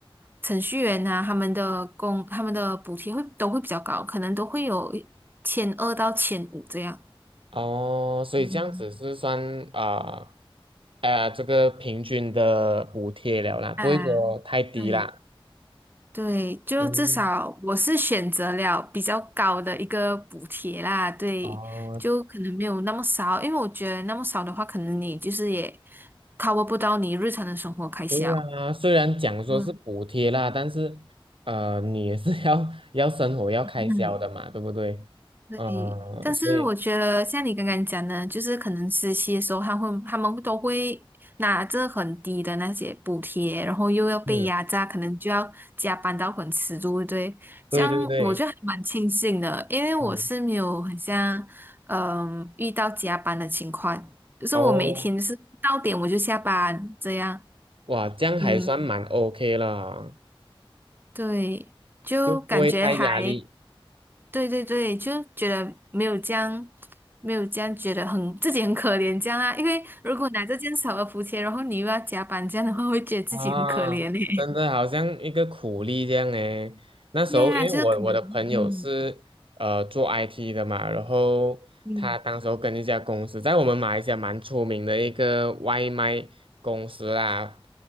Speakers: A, on the right; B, on the right.
A: 程序员啊，他们的工他们的补贴会都会比较高，可能都会有千二到千五这样。
B: 哦，所以这样子是算啊
A: 嗯。
B: 呃，呃这个平均的补贴了啦，不会说太低啦。
A: 啊，对对，就至少我是选择了比较高的一个补贴啦，
B: 嗯，
A: 对，
B: 哦，
A: 就可能没有那么少，因为我觉得那么少的话，可能你就是也 cover 不到你日常的生活开销。
B: 对啊，虽然讲说是补贴啦，
A: 嗯
B: 但是呃，你也是 <laughs> 要要生活要开销的嘛，
A: 嗯，
B: 对不对？
A: 对，
B: 嗯、
A: 但是我觉得像你刚刚讲的，
B: 所以
A: 就是可能实习的时候，他会他们都会拿着很低的那些补贴，然后又要被压榨，
B: 嗯，
A: 可能就要加班到很迟，对不对？
B: 对对对，
A: 这样我就还蛮庆幸的，因为我是没有很像嗯遇到加班的情况，
B: 嗯，
A: 就是我每天就是到点我就下班这样，
B: 哦，哇，这样还算蛮
A: 嗯，
B: OK 了，
A: 对，就感觉还。
B: 就不会太压力。
A: 对对对，就觉得没有这样，没有这样觉得很自己很可怜这样啊。因为如果拿着这样少的补贴，然后你又要加班这样的话，会觉得自己很可怜嘞。
B: 啊，真的好像一个苦力这样诶。
A: <laughs>
B: 那时候因为我我的朋友是呃做
A: 对呀，就是可能，嗯
B: IT 的嘛，然后他当时候跟一家公司，
A: 嗯
B: 在我们马来西亚蛮出名的一个外卖公司啦，